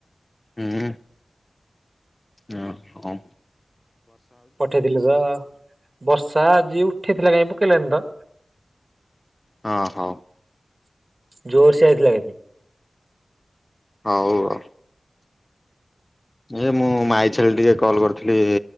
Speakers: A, on the left (about 25°); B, on the right (about 45°).
A: ହୁଁ। ହଁ ହ।
B: ପଠେଇଥିଲେ ତ ବସ ବଶା ଆଜିି ଉଠେଇଥିଲା କାଇହିଁ ପକେଇଲେନି ତ
A: ହଁ ହଁ।
B: ଜୋର ସେ ଆଇଥିଲା କେ <unintelligible>
A: ହଁ ହଉ। ଏ ମୁଁ ମାଇ ଛେଳି ଟିକେ କଲ୍ କରିଥିଲି